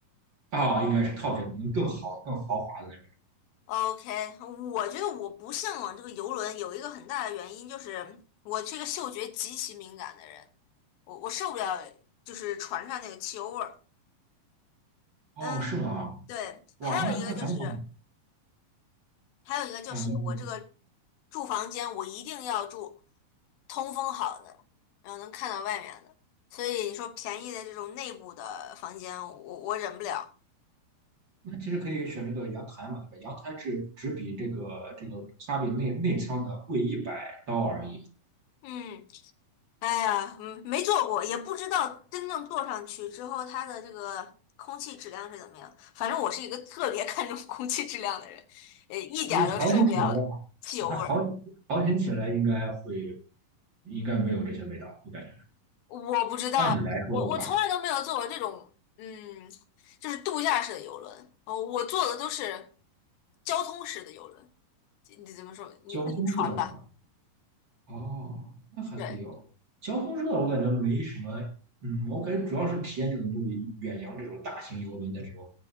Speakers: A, on the right; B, on the left.
A: 啊，应该是套间，可能更好、更豪华的那种。
B: OK，我觉得我不向往这个游轮，有一个很大的原因就是我是一个嗅觉极其敏感的人，我我受不了就是船上那个汽油味儿。
A: 哦，
B: 嗯，
A: 是吗？
B: 对，
A: 哇，
B: 还有一个就是。
A: 那那咱们
B: 还有一个就是我这个
A: 啊，你我
B: 住房间，我一定要住通风好的，然后能看到外面的。所以你说便宜的这种内部的房间，我我忍不了。
A: 那其实可以选这个阳台嘛，对吧？阳台只只比这个这个 cabin 内内舱的贵一百刀而已。
B: 嗯，哎呀，嗯没坐过，也不知道真正坐上去之后，它的这个空气质量是怎么样。反正我是一个特别 <laughs> 看重空气质量的人，呃，一点儿都受不了汽油味儿。
A: 我好行起来的话，它好好行起来应该会应该没有这些味道，我感觉。
B: 我不知道，
A: 按理来说的话，
B: 我我从来都没有坐过这种，嗯，就是度假式的游轮。哦，我坐的都是交通式的游轮，你怎么说？你那个船吧？
A: 交通式的吧，哦，那还可以哦。
B: 对，
A: 交通式的我感觉没什么，嗯，我感觉主要是体验这种就远洋这种大型游轮的时候